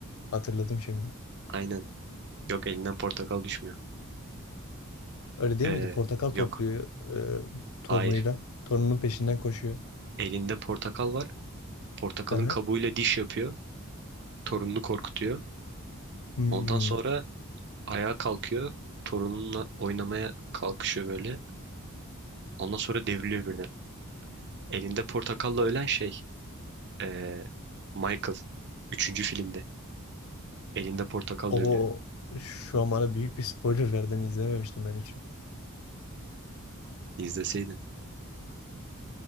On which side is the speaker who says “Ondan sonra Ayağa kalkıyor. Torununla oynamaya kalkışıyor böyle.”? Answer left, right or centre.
Right